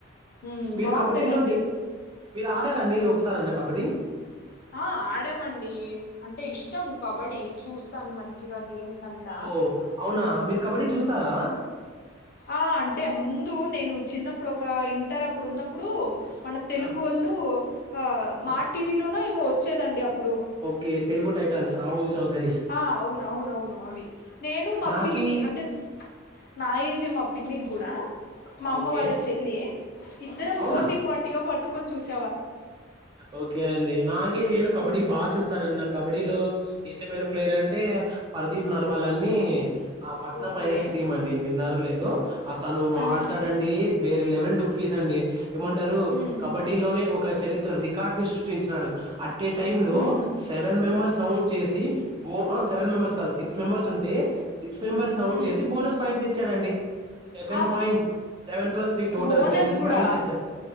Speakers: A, on the left; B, on the right.
A: ఉమ్
B: మీరు
A: బాగుండేదండి
B: కబడ్డీలో డి మీరు ఆడారండి ఒకసారి అన్న కాబడ్డీ
A: ఆ ఆ డమండి అంటే ఇష్టం కబడ్డీ చూస్త తన్ మంచిగా గేమ్స్ అంతా
B: ఓ అవునా మీరు కబడ్డీ
A: మ్మ్
B: చూస్తారా
A: ఆ అంటే ముందు నేను చిన్నప్పుడు ఒక ఇంటర్ అప్పుడు ఉన్నప్పుడు మన తెలుగోళ్ళు
B: ఆ!
A: ఆ మా
B: ఆ!
A: టి వి లో మ వచ్చేదండి ఇప్పుడు
B: ఓకే తెలుగు టైటాన్స్ రాహుల్ చౌదరి
A: ఆ అవును అవున అవును అవి నేను మా
B: నాకి
A: పిన్ని అంటే నాయేజే మా పిన్నిది కూడా మా అమ్మ
B: ఓకే
A: వాళ్ళ చెల్లి ఇద్దరం
B: అవునా
A: పోటీ పోటీగా పట్టుకొని చూసి
B: ఓకే అండి నాగ అే నేను కబడ్డీ
A: ఉమ్
B: బాగా చూస్తాన అన్న కబడ్డీ లో ఇష్టమైన ప్లేయర్ అంటే పర్దీప్ నర్వాల్ అన్ని ఆ పట్న
A: ఓకే
B: పైలట్స్ టీమ్ అండి విన్నర్ లేదు అతను
A: ఆహా
B: ఆడతాడండి వేరే లెవెల్ ప్పీస అండి ఏమంటారు
A: ఉమ్
B: లోనే ఒక చరిత్ర రికార్డు ని సృష్టించినాడు అట్ టైమ్ లో
A: ఉమ్
B: సెవెన్ మెంబర్స్ న చ్చసి బో సెవెన్ మెంబర్స్ కాదు సిక్స్ మెంబర్స్ ఉంటే సిక్స్ మెంబర్స్ అవుట్
A: ఉమ్
B: చేసి బోనస్ పాయింట్ తెచ్చాడంండి seven
A: ఆ
B: points seven plus three total
A: bonus
B: ten
A: కూడా
B: పాయింట్స్ తెచ్చ